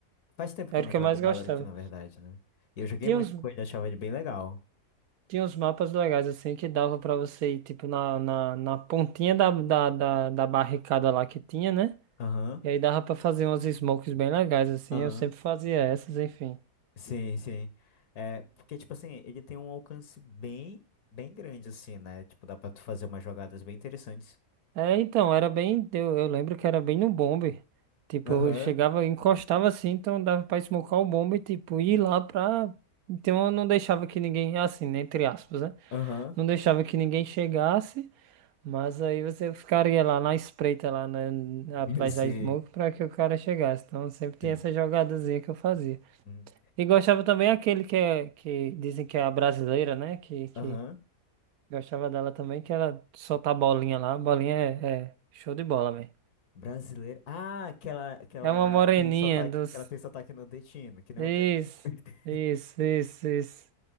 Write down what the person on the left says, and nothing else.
Faz tempo
que eu não
jogo
Valorant, na verdade, né? E eu joguei
muito
com ele, achava ele bem legal.
Aham,
aham.
Sim, sim. É, porque, tipo assim, ele tem um alcance bem, bem grande, assim, né? Tipo, dá pra tu fazer umas jogadas bem interessantes.
Aham,
aham.
<laughs>
Sim,
sim.
Hum,
Aham.
Brasileiro. Ah, que ela, que ela
tem sotaque,
que ela tem sotaque nordestino, que nem
o teu. <laughs>